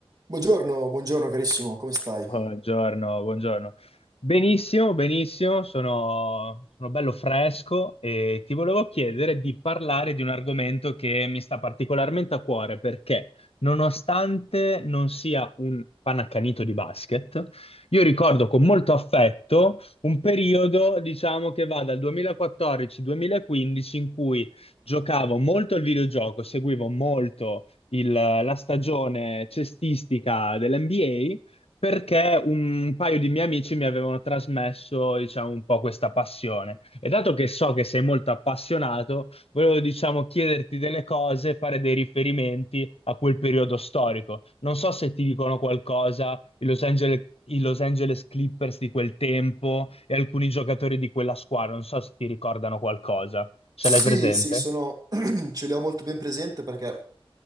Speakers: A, on the right (about 40°); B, on the left (about 80°).
A: Buongiorno, buongiorno carissimo, come stai?
B: Buongiorno, buongiorno. Benissimo, benissimo, sono, sono bello fresco e ti volevo chiedere di parlare di un argomento che mi sta particolarmente a cuore perché, nonostante non sia un panaccanito di basket, io ricordo con molto affetto un periodo, diciamo, che va dal 2014-2015 in cui giocavo molto al videogioco, seguivo molto il- la stagione cestistica dell'NBA perché un paio di miei amici mi avevano trasmesso, diciamo, un po' questa passione. E dato che so che sei molto appassionato, volevo, diciamo, chiederti delle cose, fare dei riferimenti a quel periodo storico. Non so se ti dicono qualcosa i Los Angeles, i Los Angeles Clippers di quel tempo e alcuni giocatori di quella squadra, non so se ti ricordano qualcosa. Ce
A: Sì,
B: l'hai presente?
A: sì, sono... <clears throat> ce l'ho molto ben presente perché